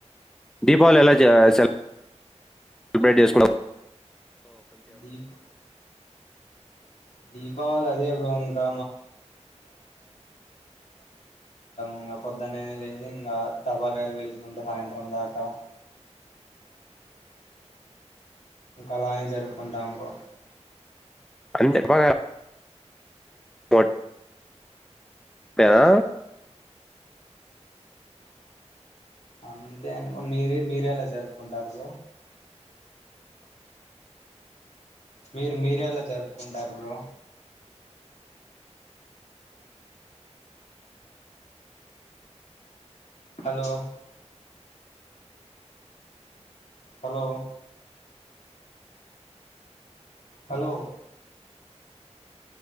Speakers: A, in the centre; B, on the left.
A: దీపావళి ఎలా
B: ఆ
A: చ వెల్బ్రైడ్ేస్ క్లబ్ <unintelligible>
B: దీప్ దీప లాయర్ బ్రో ఇంకా ఇంకా పొద్దున్న లేసి ఇంకా టబాకాయలు పల్చుకుంటే సాయంత్రం దాకా ఇంకా అలానే జరుపుకుంటాం బ్రో
A: అంతే బ కోట్ ఆ
B: అంతే అనుగా మీరే మీర ఎలా జరుపుకుంటారు మీరు మీర ఎలా జరుపుకుంటారు bro hello hello hello